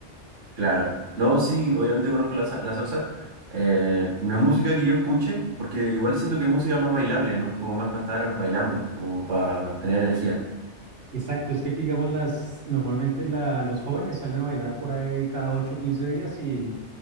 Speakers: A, on the right; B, on the right.
A: claro. No, sí, obviamente conozco la, sa- la salsa. Eh, no es música que yo escuche, porque igual siento que es música más bailable, ¿no? Como más para estar bailando, como para tener energía.
B: Exacto, es que aquí, digamos, las, normalmente la, los jóvenes salen a bailar por ahí cada 8 o 15 días y,